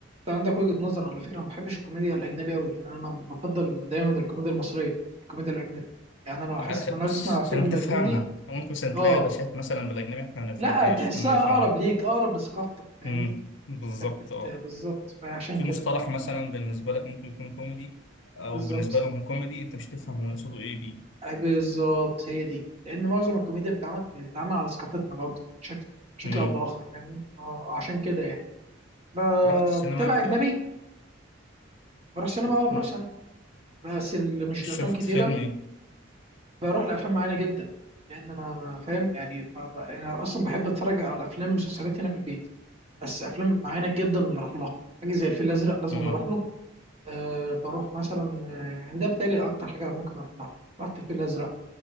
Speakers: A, on the right; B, on the left.
A: عندك وجهه نظر على فكره ما بحبش الكوميديا الاجنبيه قوي يعني انا بفضل دايما الكوميديا المصريه الكوميديا الاجنبيه يعني انا لو
B: أخ-
A: حاسس ان انا
B: بص
A: عايز اسمع
B: عشان
A: فيلم
B: تفهمها
A: كوميدي
B: ممكن مثلا
A: اه
B: تلاقي علاشات مثلا بالأجنبي احنا ما نفهمهاش
A: لا تحسها
B: هم يفهموها
A: اقرب ليك اقرب لثقافتك فاهمني
B: امم بالظبط
A: انت بت-
B: اه
A: بالظبط فعشان
B: في
A: كده
B: مصطلح مثلا بالنسبة لك ممكن يكون كوميدي أو
A: بالظبط
B: بالنسبة لهم كوميدي أنت مش تفهم هو يقصده إيه بيه
A: أي بالظبط هي دي لان معظم الكوميديا بتتعمل بتتعمل على ثقافتنا برضه بشكل بشكل
B: امم
A: او باخر فاهمني اه عشان كده يعني ب-
B: رحت السينما
A: بتابع
B: قبل
A: اجنبي
B: كده
A: بروح سينما
B: امم
A: اه بروح سينما بس اللي مش
B: شفت
A: الافلام كتيره
B: فيلم إيه؟
A: بروح لافلام معينه جدا لان انا فاهم يعني ب- ب- انا اصلا بحب اتفرج على افلام مسلسلات هنا في البيت بس افلام معينه جدا اللي اروح لها حاجه زي الفيل الازرق لازم
B: امم
A: أنا اروح له أه بروح مثلا آه، يعني ده بتهيألي اكتر حاجه ممكن اروح لها رحت الفيل الازرق